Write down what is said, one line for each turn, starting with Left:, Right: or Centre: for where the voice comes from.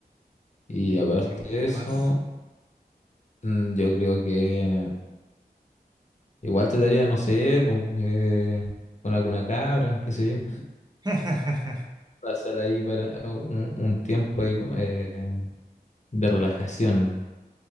Left: Y
Right: ¿Y
Left: aparte
Right: qué,
Left: de
Right: qué
Left: eso,
Right: más?
Left: mm, yo creo que... Igual te daría, no sé, po, eh, con alguna cabra, qué sé yo.
Right: <laughs>
Left: Pasar ahí para un, un tiempo ahí, eh, de relajación.